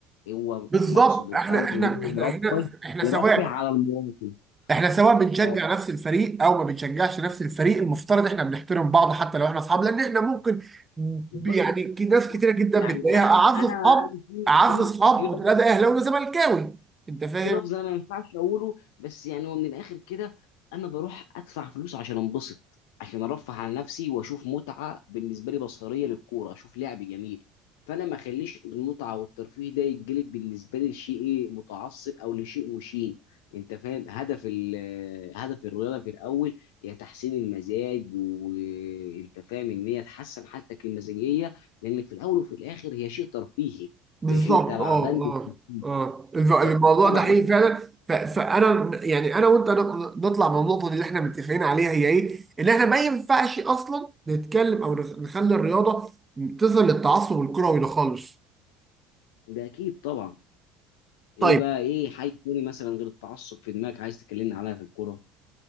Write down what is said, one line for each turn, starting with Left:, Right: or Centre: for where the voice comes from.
Left: هو
Right: بالظبط
Left: مقصده
Right: احنا
Left: الاول
Right: احنا
Left: إن
Right: احنا
Left: هو
Right: هنا
Left: يرفه
Right: احنا
Left: يرفه
Right: سواء
Left: على المواطن
Right: احنا سواء بنشجع
Left: اه
Right: نفس الفريق او ما بنشجعش نفس الفريق المفترض احنا بنحترم بعض حتى لو احنا اصحاب لان احنا ممكن ب-
Left: بالظبط.
Right: يعني ك- ناس كتيره جدا
Left: يعني
Right: بتلاقيها
Left: انا
Right: اعز
Left: انا
Right: اصحاب
Left: انا في
Right: اعز
Left: في
Right: اصحاب
Left: في
Right: وتلاقي ده اهلاوي وزملكاوي انت فاهم
Left: في لفظ انا ما ينفعش اقوله بس يعني هو من الاخر كده انا بروح ادفع فلوس عشان انبسط عشان ارفه عن نفسي واشوف متعه بالنسبه لي بصريه للكوره اشوف لعب جميل فانا ما اخليش المتعه والترفيه ده يتجلب بالنسبه لي لشيء ايه متعصب او لشيء مشين انت فاهم هدف ال- آه، هدف الرياضه في الاول هي تحسين المزاج وانت فاهم ان هي تحسن حالتك المزاجيه لان في الاول وفي الاخر هي شيء ترفيهي
Right: بالظبط
Left: هي شيء تبع
Right: اه
Left: بند
Right: اه
Left: الترفيه.
Right: اه الم-
Left: ده اكيد
Right: الموضوع
Left: طبعا
Right: ده حقيقي فعلا ف- فانا يعني انا وانت نق- نطلع من النقطه دي اللي احنا متفقين عليها هي ايه؟ ان احنا ما ينفعش اصلا نتكلم او نخ- نخلي الرياضه تصل للتعصب الكروي ده خالص.
Left: ده اكيد طبعا ايه
Right: طيب
Left: بقى ايه حاجه تاني مثلا غير التعصب في دماغك عايز تكلمني عليها في الكوره